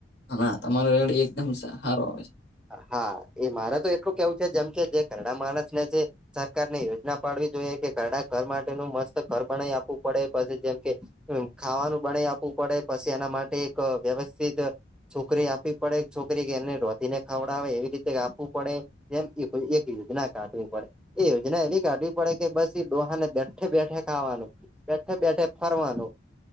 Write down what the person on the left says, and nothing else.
હ ના તમારો રેડ એકદમ સારો આવે છે.